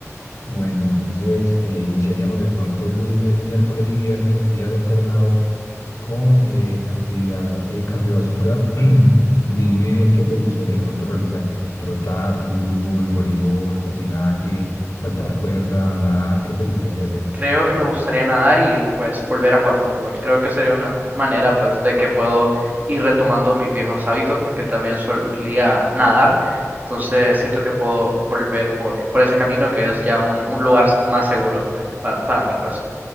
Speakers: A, on the left (about 70°); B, on the right (about 30°).
A: Bueno, entonces eh, iniciaríamos de pronto lunes, miércoles y viernes, días alternados con eh, actividad eh, cardiovascular. <clears throat> Dime qué te gustaría de pronto realizar. Trotar, fútbol, voleibol, patinaje, saltar cuerda, nadar, ¿qué te gustaría hacer?
B: Creo que me gustaría nadar y pues volver a jugar fútbol. Creo que sería una manera pues de que puedo ir retomando mis viejos hábitos porque también solía nadar. Entonces siento que puedo volver por, por ese camino que es ya un, un lugar más seguro para, para mí pues.